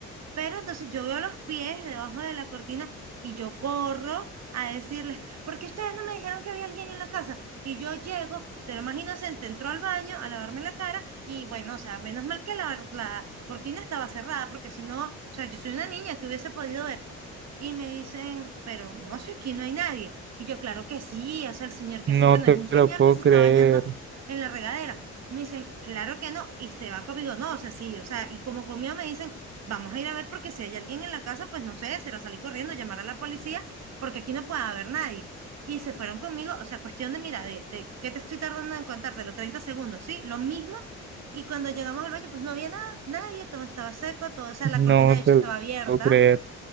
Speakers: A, on the right (about 60°); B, on the right (about 40°).
A: pero entonces yo veo los pies debajo de la cortina y yo corro a decirles, ¿por qué ustedes no me dijeron que había alguien en la casa? Y yo llego, pero más inocente, entró al baño a lavarme la cara y bueno, o sea, menos mal que la, la cortina estaba cerrada, porque si no, o sea, yo soy una niña que hubiese podido ver, y me dicen, pero no, si aquí no hay nadie. Y yo, claro que sí, o sea, el señor que
B: No
A: se, bueno,
B: te
A: es un señor
B: lo puedo
A: que se
B: creer,
A: está bañando en la regadera. Me dicen, claro que no, y se van conmigo, no, o sea, sí, o sea, y como conmigo me dicen, vamos a ir a ver porque si hay alguien en la casa, pues no sé, será salir corriendo, llamar a la policía, porque aquí no puede haber nadie. Y se fueron conmigo, o sea, cuestión de, mira, de, de ¿qué te estoy tardando en contarte? Los 30 segundos, ¿sí? Lo mismo. Y cuando llegamos al baño, pues no había nada, nadie, todo estaba seco, todo, o sea, la
B: no
A: cortina de hecho
B: te
A: estaba
B: lo
A: abierta
B: puedo creer.